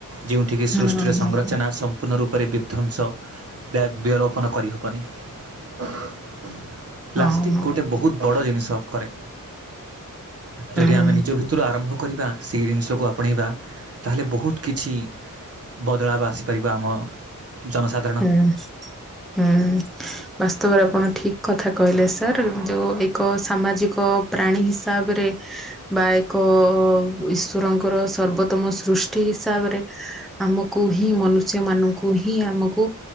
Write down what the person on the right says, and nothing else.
ଯେଉଁଠିକି
ସୃଷ୍ଟିର
ସଂରଚନା
ସମ୍ପୂର୍ଣ୍ଣ ରୂପରେ ବିଧ୍ୱଂସ ବଲୋପନ <unintelligible> ପ୍ଲାଷ୍ଟିକ୍
ଗୋଟେ ବହୁତ୍ ବଡ଼ ଜିନିଷ କରେ, ଯଦି
ଆମେ
<unintelligible> ଥିରୁ ଆରମ୍ଭ କରିବା ସେହି ଜିନିଷକୁ ଆପଣେଇବା ତାହେଲେ ବହୁତ୍ କିଛି ବଦଳାବ ଆସିପାରିବ ଆମ ଜନ